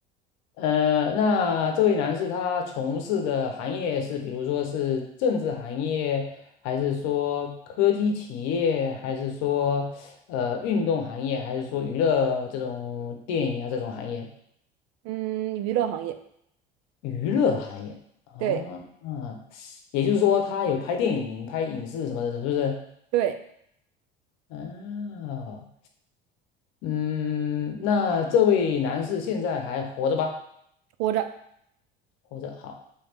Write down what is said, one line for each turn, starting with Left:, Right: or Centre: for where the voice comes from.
Left: 呃，那这位男士他从事的行业是，比如说是政治行业，还是说科技企业，还是说呃运动行业，还是说娱乐这种电影啊这种行业？
Right: 嗯，娱乐行业，
Left: 娱乐行业啊，
Right: 对
Left: 啊，也就是说他有拍电影、拍影视什么的，是不是？
Right: 对，
Left: 哦，嗯，那这位男士现在还活着吧？
Right: 活着
Left: 活着，好。